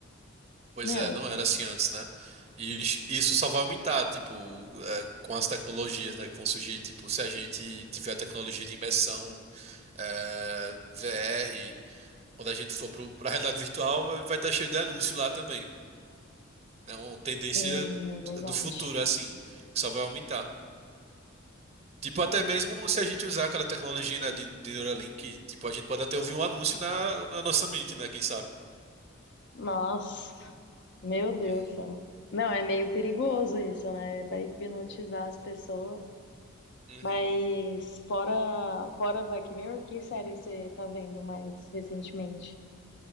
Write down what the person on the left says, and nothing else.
Meu,
tem, é verdade.
Nossa, meu Deus
do céu. Não, é meio perigoso isso, né? Vai hipnotizar as pessoas.
Mas fora, fora Black Mirror, que série você tá vendo mais recentemente?